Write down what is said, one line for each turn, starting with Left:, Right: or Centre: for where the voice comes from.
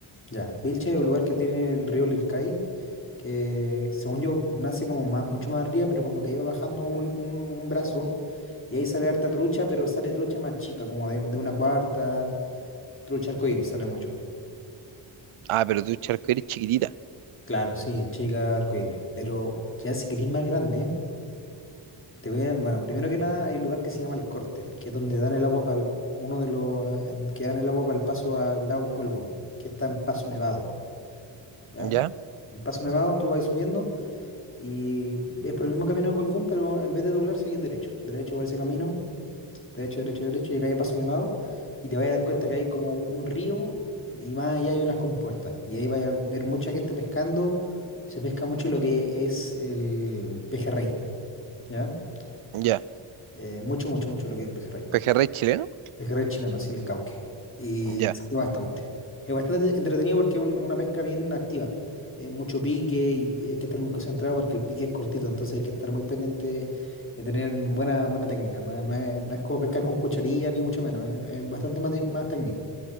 Left: Ya, Vilches es un lugar que tiene el río Lircay. que según yo nace como ma- mucho más arriba, pero como que iba bajando un, un- un brazo y ahí sale harta trucha, pero sale trucha más chica, como de, de una cuarta, trucha arcoíris, sale mucho.
Right: Ah, pero tú charco eres chiquitita.
Left: Claro, sí, chica arcoíris, pero ya si querís más grande, te voy a, bueno, primero que nada hay un lugar que se llama El Corte, que es donde dan el agua para uno de los eh, que dan el agua para el paso al lago Colbún, que está en Paso Nevado, ¿ya?
Right: Ya,
Left: En Paso Nevado tú vas subiendo Y es por el mismo camino de Colbún, pero en vez de doblar, seguís derecho. Derecho por ese camino, derecho, derecho, derecho, llegáis a Paso Nevado y te vais a dar cuenta que hay como un un río y más allá hay unas compuertas. Y ahí vais a ver mucha gente pescando. Se pesca mucho lo que es el pejerrey, ¿ya?
Right: ya.
Left: Eh, mucho, mucho, mucho lo que es el pejerrey.
Right: ¿Pejerrey chileno?
Left: Pejerrey chileno, sí, el cauque. Y
Right: Ya.
Left: sale bastante. Es bastante entretenido porque es un- una pesca bien activa. Eh, mucho pique y hay que estar muy concentrado porque el pique es cortito, entonces hay que estar muy pendiente de tener buena, buena técnica. No, es, no es- no es como pescar con cucharilla ni mucho menos, es, es bastante más, di- más técnico.